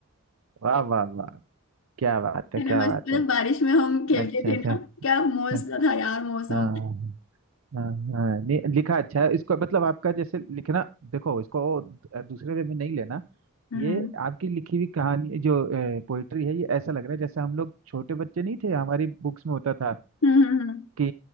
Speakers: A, on the right; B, on the left.
A: वाह वाह वाह क्या बात है
B: है
A: क्या
B: ना बस
A: बात
B: मतलब
A: है
B: बारिश में हम खेलते
A: अच्छा
B: थे
A: अच्छा
B: ना क्या मौसम
A: अच्छा,
B: था यार मौसम
A: हाँ हाँ हाँ नहीं लिखा अच्छा है इसको मतलब आपका जैसे लिखना देखो इसको दूसरे वे में नहीं लेना
B: हम्म
A: ये आपकी लिखी हुई कहानी जो पोइट्री है ये ऐसा लग रहा है जैसे हम लोग छोटे बच्चे नहीं थे हमारी बुक्स में होता था
B: हम्म हम्म हम्म।
A: कि